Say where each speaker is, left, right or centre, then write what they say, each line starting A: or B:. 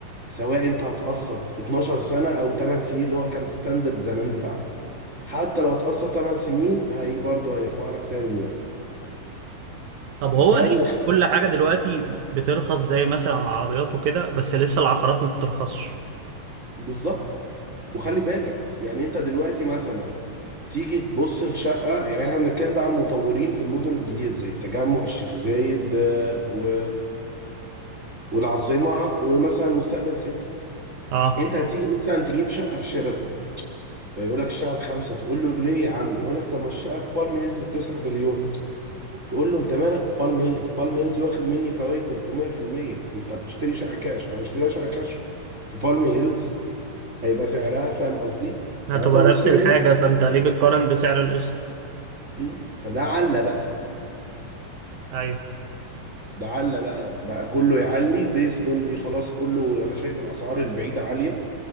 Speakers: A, on the right (about 35°); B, on the right (about 65°).
A: سواء انت هتقسط 12 سنه او 8 سنين اللي هو كان ستاندرد زمان بتاعه حتى لو هتقسط 8 سنين هي برضه هيرفع لك سعر الوحده
B: طب
A: فده
B: هو ليه
A: اللي خ-
B: كل حاجة دلوقتي بترخص زي مثلا العربيات وكده بس لسه العقارات ما بترخصش
A: بالظبط وخلي بالك يعني انت دلوقتي مثلا تيجي تبص لشقه يعني احنا بنتكلم ده على المطورين في المدن الجديده زي التجمع الشيخ زايد آه، و... والعاصمه ومثلا مستقبل سيتي
B: اه
A: انت هتيجي مثلا تجيب شقه في شيراتون فيقول لك الشقه بخمسه تقول له ليه يا عم يقول لك طب ما الشقه في بالم هيلز 9 مليون تقول له انت مالك بالم هيلز بالم هيلز واخد مني فوائد 300% انت بتشتري شقه كاش انا بشتري شقه كاش في بالم هيلز هيبقى سعرها فاهم قصدي
B: هتبقى
A: 3.5
B: نفس
A: مليون
B: الحاجة فانت ليه بتقارن بسعر القسط؟
A: مم. فده علّى بقى
B: ايوه
A: ده علّى بقى بقى كله يعلي بيزد اون ايه خلاص كله انا شايف الاسعار البعيده عاليه